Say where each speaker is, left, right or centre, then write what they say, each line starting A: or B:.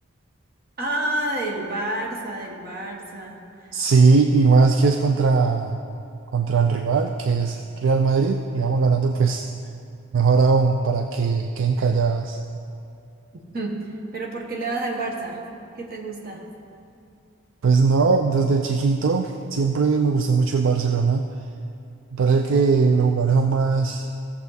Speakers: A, on the right (about 45°); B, on the right (about 65°).
A: Ah, del Barça, del Barça. <laughs>
B: Sí, y más que es contra, contra el rival, que es Real Madrid, y vamos ganando pues mejor aún para que queden callados.
A: Hmm, ¿Pero por qué le vas al Barça? ¿Qué te gusta?
B: Pues no, desde chiquito siempre me gustó mucho el Barcelona. Parece que los jugadores son más...